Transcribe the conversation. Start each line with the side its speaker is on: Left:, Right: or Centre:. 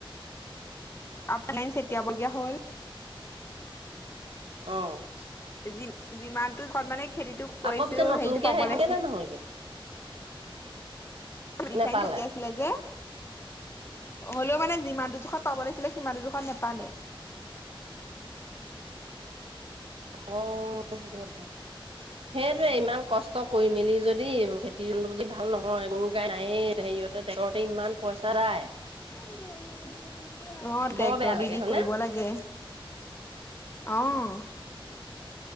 Left: <inaudible> হ'ল।
Right: অ'।
Left: যি-যিমানটো জোখত মানে খেতিটো কৰিছিলোঁ
Right: আকৌ পিছত নতুনকে
Left: সেইটো পাব
Right: হেৰি
Left: লাগিছিল
Right: হ'লগে নে নহ'লগে?
Left: <unintelligible>
Right: নেপালে
Left: চটিয়াইছিলে যে, হ'লেও মানে যিমানটো জোখত পাব লাগিছিলে সিমানটো জোখত নেপালে।
Right: অ', সেইটো কথা। সেইটোয়ে ইমান কষ্ট কৰি, মেলি যদি খেতিটো <inaudible> ভাল নহয়, গৰু, গাই নায়ে <inaudible> <unintelligible> ট্ৰেক্টৰতে ইমান পইচা যায়।
Left: <unintelligible> অ', ট্ৰেক্টৰ
Right: বৰ বেয়া
Left: দি,
Right: লাগে
Left: দি
Right: হয়নে?
Left: কৰিব লাগে। অ'।